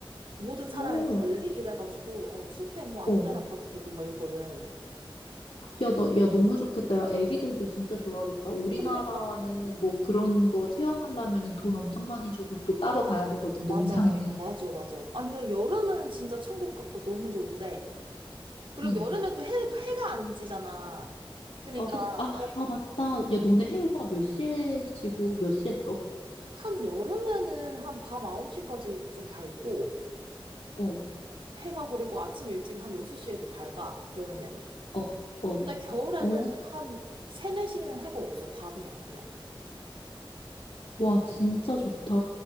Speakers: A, on the right; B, on the left.
A: 모든 사람의
B: 어,
A: 권리? 이래가지고, 어, 숲에 뭐 아무
B: 어.
A: 데나 가도 되고, 막 이러거든.
B: 야, 나, 야, 너무 좋겠다. 야, 애기들도 진짜 좋아하겠다. 우리나라는
A: 그러니까, 어,
B: 뭐 그런 거 체험하려면은 돈 엄청 많이 주고 또 따로 가야 되거든,
A: 맞아,
B: 농장에.
A: 맞아, 맞아,
B: <laughs>
A: 맞아. 아니, 그 여름은 진짜 천국 같고 너무 좋은데, 그리고
B: 응.
A: 여름엔 또 해, 해가 안 지잖아. 그니까,
B: 아, 그, 아, 아,
A: 러
B: 맞다. 야, 너네 해가 몇 시에 지고 몇 시에 떠?
A: 한 여름에는 한 밤 9시까지 좀 밝고,
B: 어,
A: 해가 그리고 아침 일찍 한 6시에도 밝아, 여름에는.
B: 어, 어,
A: 근데 겨울에는
B: 어.
A: 한 3, 4시면 해가 없어, 밤이야, 그냥.
B: 와, 진짜 좋다.